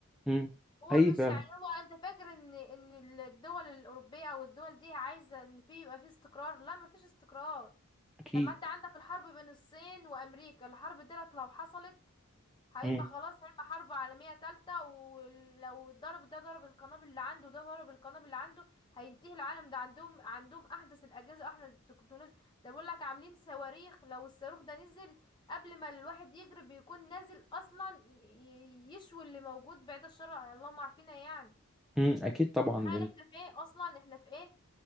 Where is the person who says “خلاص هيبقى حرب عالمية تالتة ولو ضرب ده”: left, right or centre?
Left